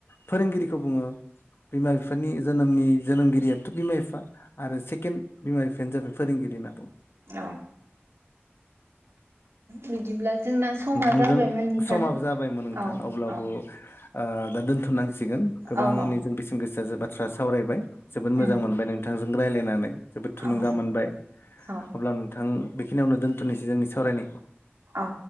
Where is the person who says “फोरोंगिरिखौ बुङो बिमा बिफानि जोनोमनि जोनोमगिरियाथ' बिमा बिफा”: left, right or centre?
Left